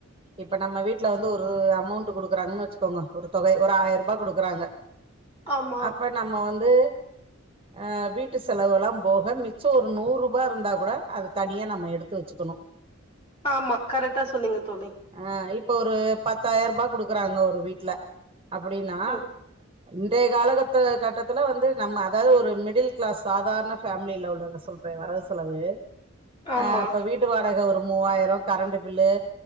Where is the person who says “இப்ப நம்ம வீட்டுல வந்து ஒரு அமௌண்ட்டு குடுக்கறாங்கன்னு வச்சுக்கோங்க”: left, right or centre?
Right